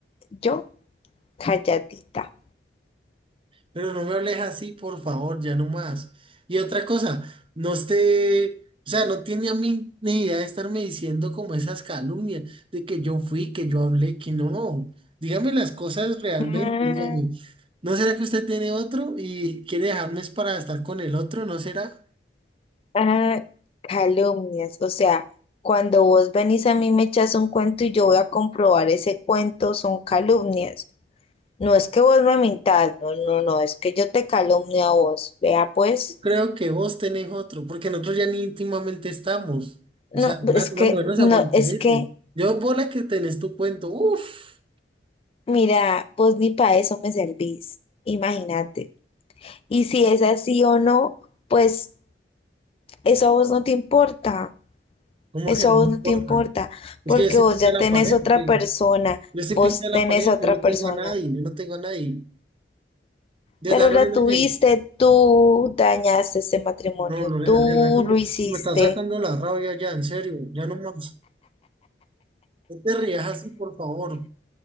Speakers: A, on the left (about 30°); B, on the right (about 30°).
A: yo calladita.
B: Pero no me hables así, por favor, ya no más. Y otra cosa, no esté, o sea, no tiene a mí ni idea de estarme diciendo como esas calumnias de que yo fui, que yo hablé, que no. Dígame las cosas realmente,
A: Mm,
B: dígame. ¿No será que usted tiene otro y quiere dejarme es para estar con el otro? ¿No será?
A: ah, calumnias, o sea, cuando vos venís a mí me echas un cuento y yo voy a comprobar ese cuento, son calumnias. No es que vos me mintas, no, no, no, es que yo te calumnio a vos, vea pues.
B: Creo que vos tenés otro, porque nosotros ya ni íntimamente estamos. O
A: No,
B: sea, una,
A: es
B: una
A: que,
B: mujer no se
A: no,
B: aguanta
A: es
B: eso.
A: que.
B: Yo por la que tenés tu cuento, uff,
A: Mira, vos ni para eso me servís, imagínate. Y si es así o no, pues eso a vos no te importa,
B: como
A: eso
B: que no
A: a vos
B: importa.
A: no te importa,
B: Es
A: porque
B: que yo sí
A: vos
B: pinté
A: ya
B: la
A: tenés
B: pared,
A: otra
B: ¿ok?
A: persona,
B: Yo sí
A: vos
B: pinté la
A: tenés
B: pared,
A: a otra
B: yo no tengo
A: persona,
B: a nadie, yo no tengo a nadie. Desde
A: pero
B: a Lorena
A: la tuviste,
B: que,
A: tú dañaste ese matrimonio,
B: no, Lorena,
A: tú
B: de verdad que me,
A: lo hiciste,
B: me está sacando la rabia ya, en serio, ya no más. No te rías así, por favor.